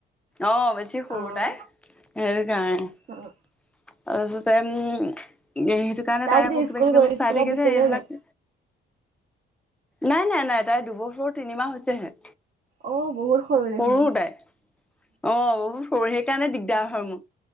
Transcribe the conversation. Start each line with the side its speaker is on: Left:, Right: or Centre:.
Centre: অ', বেছি সৰু
Right: অ',
Centre: তাই, সেইটো কাৰণে
Right: উম,
Centre: <unintelligible> সেইকাৰণে তাই
Right: এতিয়া
Centre: আকৌ কিবা-কিবি
Right: স্কুল গৈ
Centre: অলপ
Right: স্কুলত
Centre: চাই থাকে
Right: দিছে
Centre: যে এইবিলাক
Right: নে নাই?
Centre: নাই-নাই-নাই, তাইৰ দুবছৰ তিনিমাহ হৈছেহে।
Right: অ', বহুত দেখোন
Centre: সৰু তাই অ' সেই কাৰণে দিগদাৰ হয় মোৰ